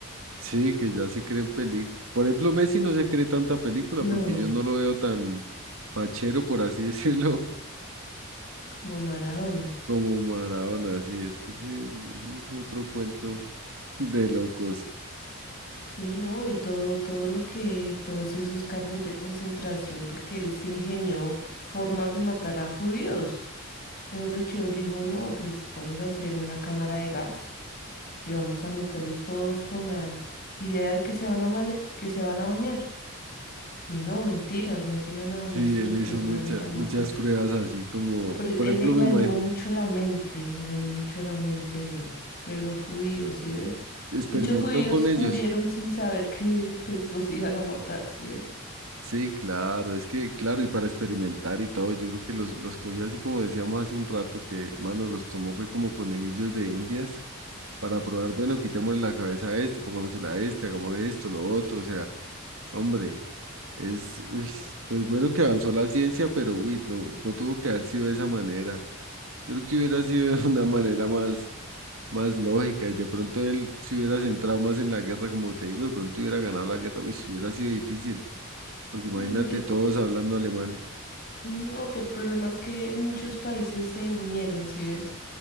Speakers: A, on the right (about 70°); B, on the left (about 45°).
A: sí, que ya se creen películas. Por ejemplo, Messi no se cree tanta película
B: No,
A: porque yo no lo veo tan fachero, por así decirlo, <laughs>
B: como Maradona.
A: como Maradona, así es que sí, ese es otro cuento <laughs> de locos.
B: Sí, ¿no? Y todo, todo lo que, todos esos campos de concentración, porque él se ingenió formas de matar a judíos. Mejor dicho, él dijo, no, pues vamos a hacer una cámara de gas y vamos a meterlos todos con la idea de que se van a bañar, que se van a bañar. Y no, mentiras, no se iban a bañar,
A: Sí,
B: sino
A: él
B: que
A: hizo
B: los
A: muchas
B: iban a ir a matar.
A: muchas pruebas así como,
B: Por e-
A: por
B: él
A: ejemplo,
B: engañó
A: me imagino.
B: mucho la mente, engañó mucho la mente de, de los judíos, ¿sí ves?
A: experimentó
B: Muchos judíos
A: con ellos.
B: murieron sin saber que pues los iban a matar, ¿sí ves?
A: Sí, claro, es que, claro, y para experimentar y todo, yo creo que los, los cogió así como decíamos hace un rato, que, mano, los tomó fue como conejillos de indias para probar, bueno, quitémosle la cabeza a este, pongámosela a este, hagamos esto, lo otro, o sea, hombre, es, uy, pues bueno que avanzó la ciencia, pero, uy, no, no tuvo que haber sido de esa manera. Yo creo que hubiera sido de una manera más, más lógica y de pronto él se hubiera centrado más en la guerra, como te digo, de pronto hubiera ganado la guerra, uy, hubiera sido difícil. Porque imagínate
B: Mm, es-
A: todos hablando alemán.
B: no, pero el problema es que muchos países se unieron, ¿sí ves?